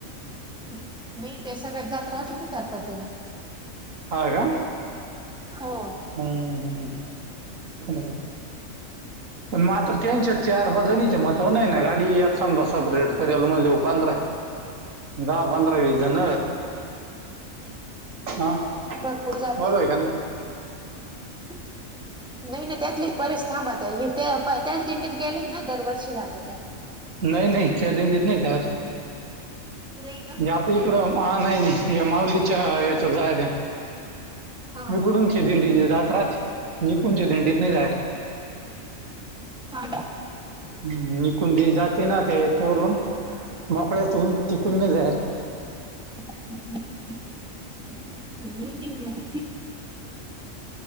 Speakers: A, in the centre; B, on the right.
A: नाही त्या सगळ्या जात राहतात ना चार पाच जणी
B: हा का,
A: हो
B: हम् <unintelligible> पण मग आता त्यांच्या चार पाच जणीचे महत्व नाही ना गाडी यात समजा सपरेट करेल मग लव पांधर दहा, पांधरा, विस जण हा,
A: भरपूर जाते
B: बरोबर हे का नही
A: <unintelligible> नाही नाही त्यातले बरेच थांबात्या, हिथं आहे त्याच दिंडीत गेले ना दरवर्षी जाते त्या
B: नाही नाही त्या दिंडीत नाही जात
A: नाही का?
B: आता इकडं नाही, नाही या माउलीच्या याच्या जायाच्या
A: हा
B: इकडून
A: हा
B: ची
A: येतील
B: दिंडी नी जात राहाती, इकुणच्या दिंडीत नाही जात
A: हा
B: हम्म इकुनची दिंडी जाते ना त्या याच्यावरून, मोकळ्यातून तिकून नाही जात
A: <unintelligible>